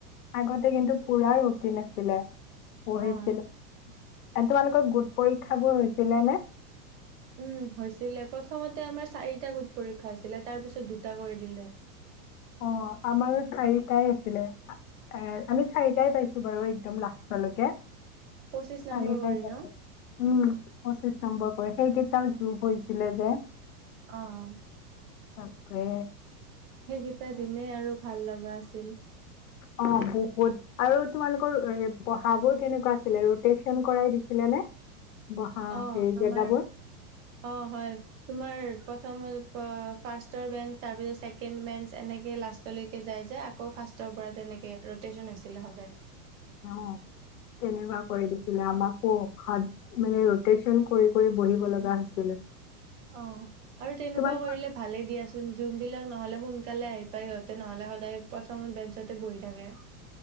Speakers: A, on the left; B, on the right.
A: আগতে কিন্তু পুৰা ৰুটিন আছিলে, পঢ়িছিলো।
B: অ
A: তোমালোকৰ গোট পৰীক্ষাবোৰ হৈছিলে নে?
B: উম হৈছিলে প্ৰথমতে আমাৰ চাৰিটা গোট পৰীক্ষা হৈছিলে তাৰ পিছত দুটা কৰি দিলে
A: অ আমাৰো চাৰিটাই আছিলে অ আমি চাৰিটাই পাইছো বাৰু একদম লাষ্টলৈকে
B: পঁচিশ নম্বৰ
A: চাৰি
B: কৰি
A: ভাইৰ মাজত
B: ন
A: উম পঁচিশ নম্বৰ কৰি সেইকেইটাও যোগ হৈছিলে যে
B: অহ
A: তাকে
B: সেইকেইটা দিনে আৰু ভাল লগা আছে ছিল
A: অ বহুত আৰু তোমালোকৰ পঢ়াবোৰ কেনেকোৱা আছিলে ৰটেচন কৰাই দিছিলে নে বহা
B: অ
A: হেৰি
B: আমাৰ
A: জেগাবোৰ
B: অ হয় তোমাৰ প্ৰথমৰ পৰা ফাষ্টৰ বেঞ্চ তাৰ পিছত ছেকেণ্ড বেঞ্চ এনেকে লাষ্টলৈকে যায় যায় আকৌ ফাৰ্ষ্টৰ পৰা তেনেকে ৰটেচন হৈছিলে সদায়
A: অ তেনেকোৱা কৰি দিছিলে আমাকো ভাত মানে ৰটেচন কৰি কৰি বহিব লগা হৈছিলে
B: অ আৰু তেনেকোৱা
A: তোমালোকৰ
B: কৰিলে ভালে দিয়াচো ন যোনবিলাক নহলে সোনকালে আহি পায় সিহঁতে নহলে সদায় প্ৰথমত বেঞ্চতে বহি থাকে